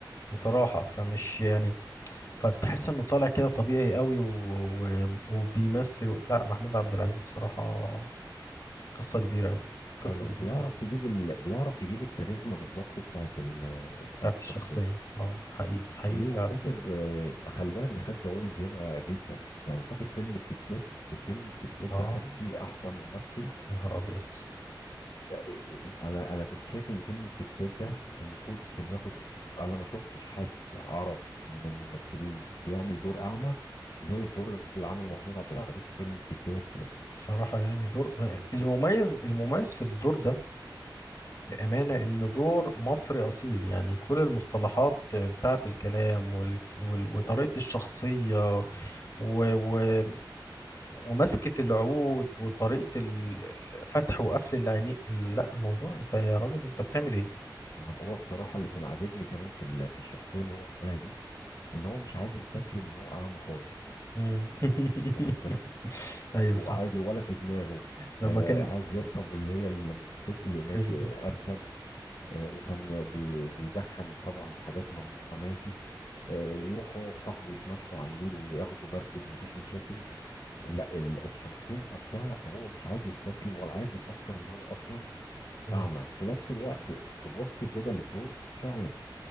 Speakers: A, on the left; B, on the left.
A: بصراحه فمش يعني فتحس انه طالع كده طبيعي قوي و... و... وبيمثل لا محمود عبد العزيز بصراحه قصة كبيرة أوي قصة
B: ايوه
A: كبيرة
B: بيعرف
A: أوي
B: يجيب ال... بيعرف يجيب الكاريزما بالظبط بتاعت ال... بتاعت
A: بتاعت
B: الشخصيه
A: الشخصية اه حقيقي حقيقي
B: وليه وفاكر
A: فعلا
B: آه، خلي بالك ده خد جوائز ياما جدا يعني فاكر فيلم الكيت كات فيلم الكيت كات
A: اه
B: ده خد فيه احسن ممثل
A: يا نهار أبيض
B: آه، آه، انا انا كنت شايف ان فيلم الكيت كات ده المفروض كان ياخد اوسكار انا ما شفتش حد عرف من الممثلين يعمل دور اعمى زي الدور اللي عمله محمود عبد العزيز في فيلم الكيت كات
A: بصراحة يعني دور المميز المميز في الدور ده بأمانة إن دور مصري أصيل يعني كل المصطلحات بتاعت الكلام وال... وال... وطريقة الشخصية و... و... ومسكة العود وطريقة ال- الفتح وقفل العينين لا الموضوع أنت يا راجل أنت بتعمل إيه؟
B: ما هو بصراحه اللي كان عاجبني كمان في ال- في الشخصيه اللي هو عملها دي ان هو مش عايز يستسلم ان هو اعمى خالص
A: مم. <laughs>
B: واخد بالك
A: ايوه
B: وعادي
A: صح
B: ولا في دماغه
A: لما
B: آه،
A: كان
B: عايز يركب اللي هي الموتوسيكل ماشي
A: اسبه
B: اركب آه، وكان بي- بيدخن طبعا حاجات ممنوعة ماشي آه، يروح هو وصاحبه يتمشوا على النيل وياخدوا مركب مفيش مشاكل لا ال- الشخصية نفسها هو مش عايز يستسلم ولا عايز يفكر ان هو اصلا
A: مم.
B: اعمى في نفس الوقت تبص كده للدور فعلا